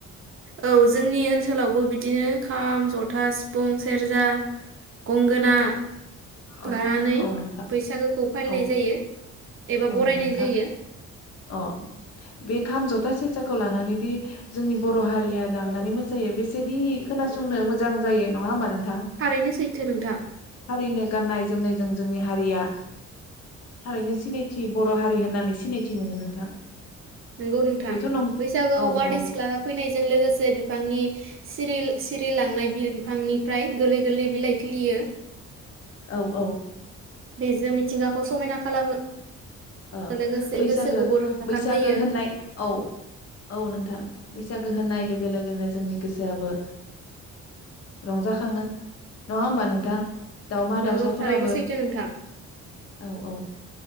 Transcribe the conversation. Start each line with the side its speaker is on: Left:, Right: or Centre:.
Right: औ जोंनि ओनसोलावबो बिदिनो खाम जथा सिफुं सेरजा गंगोना
Left: अ
Right: लानानै
Left: औ नोंथां
Right: बैसागोखौ फालिनाय
Left: औ
Right: जायो। एबा
Left: औ
Right: बरायनाय
Left: नोंथां
Right: जायो
Left: अ बेख खाम जथा सेरजाखौ लानानै दि जोंनि बर' हारिया दामनानै मोसायो बेसेदि खोनासंनो मोजां जायो नङा होमबा नों थां
Right: थारैनो सैथो नोंथां
Left: थारैनो गाननाय जोमनायज जों जोंनि हारिया थारैनो सिनायथ थि बर' हारि होननानै सिनायथि मोनो नोंथां।
Right: नोंगौ नोंथां
Left: बेथ' नंगौ
Right: बैसागोआव
Left: औ
Right: बारदै
Left: औ
Right: सिख्ला फैनायजों लोगोसे बिफांनि सिरिल सिरिलांनाय बिल बिफांनिफ्राय गोरलै गोरलै बिलाइ खिलियो।
Left: औ औ।
Right: बेजों मिथिंगाखौ समायना खालामो।
Left: ओ
Right: लोगोसे
Left: बैसागो
Right: गोसोखौबो रंजाखांहोयो
Left: बैसागो होननाय औ औ नोंथां। बैसागो होननाय लोगो लोगोनो जोंनि गोसोआबो रंजाखाङो। नंङा होमबा नोंथां दावमा
Right: नोंगौ
Left: दाउसाफोराबो
Right: थारैनो सैथो नोंथां
Left: औ औ